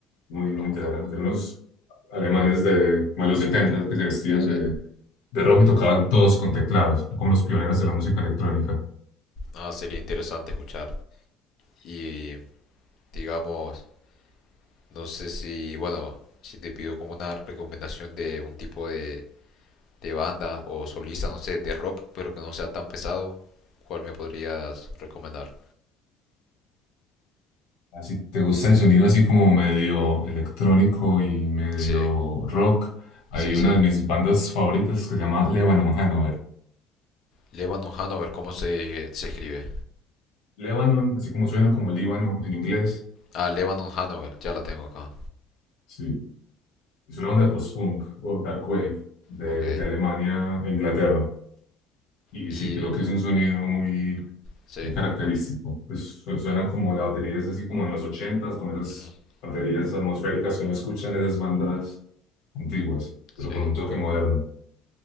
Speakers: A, on the left; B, on the left.
A: muy,
B: no los
A: muy interesantes,
B: conozco.
A: unos alemanes de, como de los 70 que se vestían
B: Sí, sí.
A: de, de rojo y tocaban todos con teclados, como los pioneros de la música electrónica.
B: Ah, sería interesante escuchar. Y digamos... No sé si, bueno, si te pido como una recomendación de un tipo de, de banda o solista, no sé, de rock, pero que no sea tan pesado, ¿cuál me podrías recomendar?
A: Si te gusta el sonido así como medio electrónico y medio
B: Sí,
A: rock, hay
B: sí, sí.
A: una de mis bandas favoritas que se llama Lebanon Hanover.
B: Lebanon Hanover, ¿cómo se, se escribe?
A: Lebanon, así como suena como Líbano en inglés.
B: Ah, Lebanon Hanover, ya la tengo acá.
A: Sí, es una onda de post-punk o dark wave de,
B: Ok.
A: de Alemania e Inglaterra. Y
B: Y,
A: sí, creo que es un sonido muy,
B: sí,
A: muy característico. Pues su- suenan como la batería es así como en los ochentas, como esas
B: ujú,
A: baterías atmosféricas que uno escucha en esas bandas antiguas,
B: sí.
A: pero con un toque moderno.